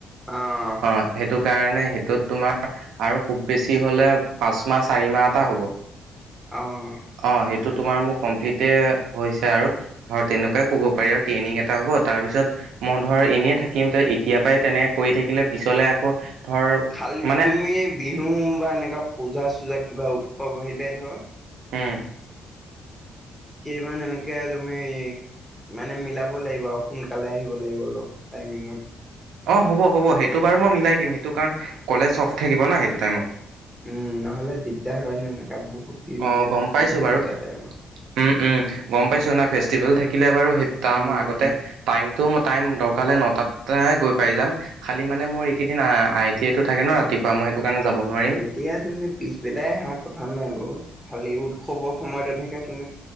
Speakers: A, in the centre; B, on the right.
A: অ'হ।
B: অ'হ। সেইটো কাৰণে সেইটোত তোমাৰ আৰু খুব বেছি হলে, পাঁচ মাহ -চাৰি মাহ এটা হ'ব।
A: অ'হ।
B: অ'হ। সেইটো তোমাৰ মোৰ কমপ্লিতে হৈছে আৰু। ধৰ তেনেকুৱাই ক'ব পাৰি আৰু। ট্ৰেইনিং এটা হ'ব। তাৰপিছত মই ধৰ, এনেই থাকিম। ত' এতিয়াৰ পৰাই তেনেকে কৰি থাকিলে, পিছলে আকৌ ধৰ
A: খালি
B: মানে
A: তুমি বিহু বা এনেকুৱা পূজা-চোজা কিবা উৎসৱ আহিলে, ধৰ
B: উম
A: কিমান এনেকে তুমি মানে মিলাব লাগিব আও। সোনকালে আহিব লাগিব। অলপ টাইমিংত
B: অ' হ'ব। হ'ব। সেইটো বাৰু মই মিলাই দিম। সেইটো কাৰণ কলেজ অফ থাকিব না, সেইটো টাইমত।
A: উম। নহলে দিগদাৰ হয় ন, এনেকা বহুত ভিৰ হৈ
B: অ
A: যায়
B: গম পাইছো বাৰু
A: পূজা টাইমত।
B: উম। উম। গম পাইছোঁ না। ফেষ্টিভেল থাকিলে বাৰু সেই তাৰ
A: উম।
B: মই আগতে টাইমটো ম টাইম, দৰকাৰ হলে নটাতে গৈ পাই যাম। খালি মানে মোৰ এইকেইদিন আ আই টি আই টো থাকে ন ৰাতিপুৱা, মই সেইটো কাৰণে যাব নোৱাৰিম।
A: দিয়া তুমি পিছবেলাই আহা। কথা নাই বাৰু। খালি উৎসৱৰ সময়ত এনেকে তুমি